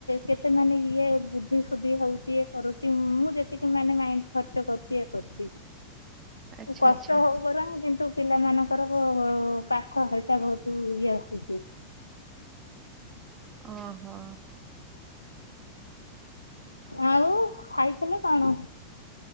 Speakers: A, on the left (about 80°); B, on the right (about 25°).
A: କେତେ ମାନେ ଇଏ ବୁଦ୍ଧିସୁଦ୍ଧି ହଉଚି ଇଏ କରୁଚି ମୁଁ ଯେତିକି ମାନେ ମାଇଣ୍ଡ ଖର୍ଚ୍ଚ କରୁଚି ଇଏ କରୁଚି।
B: ଆଚ୍ଛା
A: କଷ୍ଟ
B: ଆଚ୍ଛା
A: ହଉ ବରଂ କିନ୍ତୁ ପିଲାମାନ ତାଙ୍କର ପାଠ ହେରିକ୍ ବହୁତ ଇଏ ହଉଚି।
B: ଓ ହୋ।
A: ଆଉ ଖାଇଥିଲ କଣ?